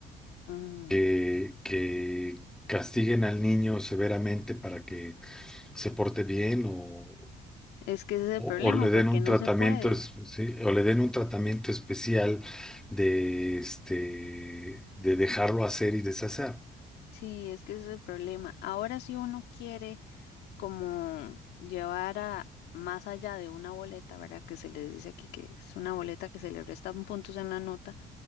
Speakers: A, on the left; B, in the centre.
A: Mm.
B: que, que castiguen al niño severamente para que se porte bien o,
A: Es que ese es
B: o-
A: el problema,
B: o le
A: porque
B: den un
A: no
B: tratamiento,
A: se puede.
B: es- sí, o le den un tratamiento especial de este de dejarlo hacer y deshacer.
A: Sí, es que ese es el problema. Ahora si uno quiere como llevar a más allá de una boleta, ¿verdad? Que se les dice aquí que es una boleta que se le restan puntos en la nota,